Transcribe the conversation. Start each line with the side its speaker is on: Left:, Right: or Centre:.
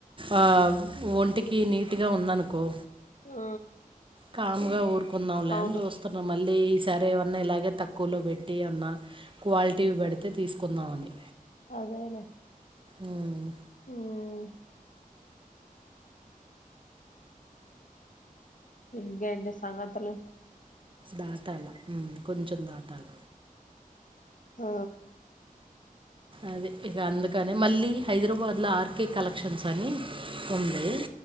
Right: ఆ ఒంటికి నీట్గా ఉందనుకో
Left: ఆ
Right: కామ్గా ఊరుకున్నాంలే
Left: అవును
Right: అని చూస్తున్నాం మళ్ళీ ఈ సారి ఏమన్నా ఇలాగే తక్కువలో పెట్టి ఏన్నా క్వాలిటీ పెడితే తీసుకుందామని.
Left: అదేలె
Right: ఉమ్
Left: ఉమ్ ఇంగెంటి సంఘతులు
Right: దాటాలా ఉమ్ కొంచెం దాటాల
Left: ఆ
Right: అదే ఇక అందుకనే మళ్ళీ హైదరాబాద్లో ఆర్కే కలెక్షన్స్ అని ఉంది